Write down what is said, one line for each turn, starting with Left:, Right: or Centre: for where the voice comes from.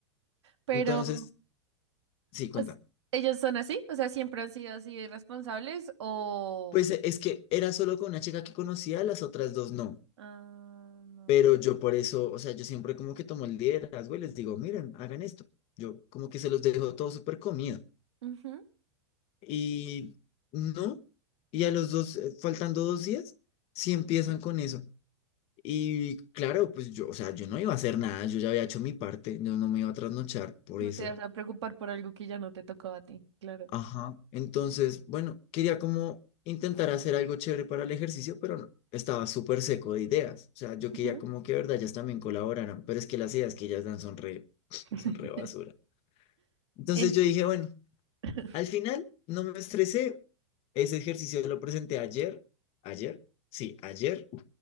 Right: Pero,
Left: Entonces, sí,
Right: pues,
Left: cuenta.
Right: ¿ellos son así? O sea, ¿siempre han sido así de irresponsables o...?
Left: Pues eh, es que era solo con una chica que conocía, las otras dos no.
Right: Ah, no,
Left: Pero
Right: claro.
Left: yo por eso, o sea, yo siempre como que tomo el liderazgo y les digo, miren, hagan esto. Yo como que se los dejo todo súper comido.
Right: Ujú,
Left: Y no, y a los dos, eh, faltando dos días, sí empiezan con eso. Y claro, pues yo, o sea, yo no iba a hacer nada, yo ya había hecho mi parte, yo no me iba a trasnochar por
Right: No
Left: eso.
Right: te vas a preocupar por algo que ya no te tocó a ti, claro.
Left: Ajá. Entonces, bueno, quería como intentar hacer algo chévere para el ejercicio, pero no, estaba súper seco de ideas. O sea, yo
Right: Ujú.
Left: quería como que, de verdad, ellas también colaboraran, pero es que las ideas que ellas dan son re, <sniffs>
Right: <laughs>
Left: son re basura. Entonces
Right: En-
Left: yo dije, bueno,
Right: <laughs>
Left: al final no me estresé. Ese ejercicio lo presenté ayer, ayer, sí, ayer.